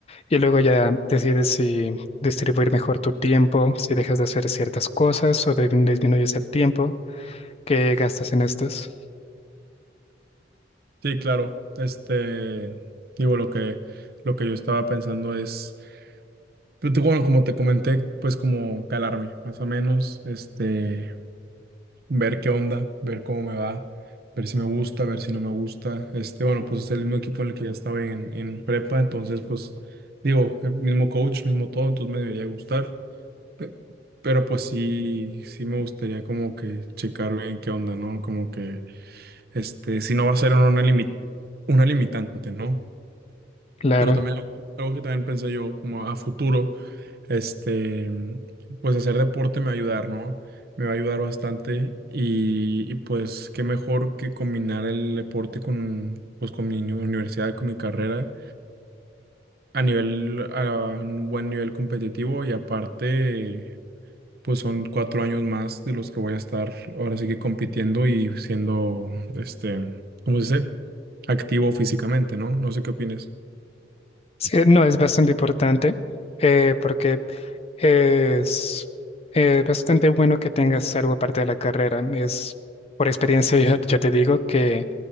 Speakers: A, on the left; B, on the right.
A: y luego ya decides si distribuir mejor tu tiempo, si dejas de hacer ciertas cosas o de- disminuyes el tiempo que gastas en estas.
B: Sí, claro, este, digo, lo que, lo que yo estaba pensando es... Pero te- bueno, como te comenté, pues como calarme, más o menos, este, ver qué onda, ver cómo me va, ver si me gusta, ver si no me gusta. Este, bueno, pues es el mismo equipo en el que ya estaba en, en prepa, entonces, pues, digo, el mismo coach, mismo todo, entonces me debería gustar. Pe- Pero pues sí, sí me gustaría como que checar bien qué onda, ¿no? Como que, este, si no va a ser una, limi- una limitante, ¿no?
A: Claro.
B: Pero también algo algo que también pensé yo como a futuro, este, pues hacer deporte me va a ayudar, ¿no? Me va a ayudar bastante y, y pues qué mejor que combinar el deporte con, pues con mi uni- universidad, con mi carrera, a nivel, a un buen nivel competitivo y aparte, pues son cuatro años más de los que voy a estar ahora sí que compitiendo y siendo, este, ¿cómo se dice? Activo físicamente, ¿no? No sé qué opinas.
A: Sí, no, es bastante importante eh, porque es eh, bastante bueno que tengas algo aparte de la carrera. Es, por experiencia, yo, yo te digo que